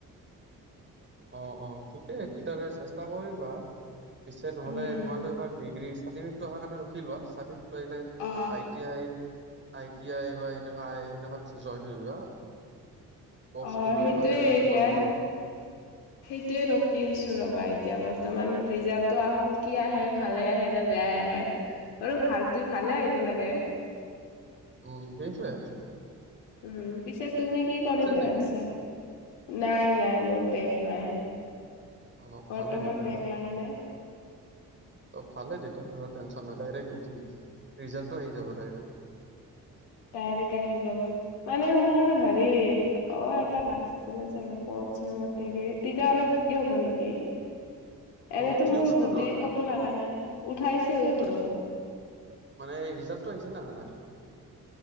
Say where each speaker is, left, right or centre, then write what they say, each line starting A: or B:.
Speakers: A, on the right; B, on the left.
A: অ'-অ', ঠিকেই তেতিয়াহ'লে চেষ্টা কৰিবা। পিছে নহলে
B: উম
A: তোমাৰটো এইবাৰ ডিগ্ৰী চাৰ্টিফিকেটো অহা কাৰণে ৰখি লোৱা, চাৰটি আহিলে
B: অ।
A: আই টি আইত আই টি আই বা এনেকা আই সেনেকুৱা জইন হৈ লোৱা। পস্তু
B: অ
A: লৈ
B: সেইটোয়ে
A: লোৱা তেতিয়াহ'লে
B: এতিয়া
A: তোমাৰো ভাল হ'ব।
B: সেইটোয়ে ৰখি আছো ৰবা এতিয়া বৰ্তমান ৰিজাল্টটো আহক কি আহে ভালে আহে নে আৰু ভালটো ভালে আহিব লাগে।
A: উম', সেইটোৱে।
B: উম পিছে তুমি কি কৰিম বুলি
A: নেকি?
B: ভাবিছা নাই নাই মোৰ বেগ নাই
A: অ', ভালে
B: বৰ্তমান
A: তেতিয়াহ'লে।
B: বেগ লগা নাই
A: অ ভালে তেতিয়াহলে টেনচন নাই ডাইৰেক্ট উঠি ৰিজাল্টটো আহি যাব দাইৰেক্ট
B: দাইৰেক্ট আহি যাব মানে মোৰ
A: উম,
B: হেৰি অ এটা লাগছিলে চাগে ফৰ্ট চেমতে তেতিয়াহলে দেৰি হ'ব নেকি
A: অ
B: এনেতো
A: উঠি
B: মোৰ
A: গৈছে নে
B: গোটেই
A: যোৱা নাই
B: ক'তো লগা নাই উঠাইছে ঐতো
A: মানে মানে ৰিজাল্টটো আহিছে নে অহা নাই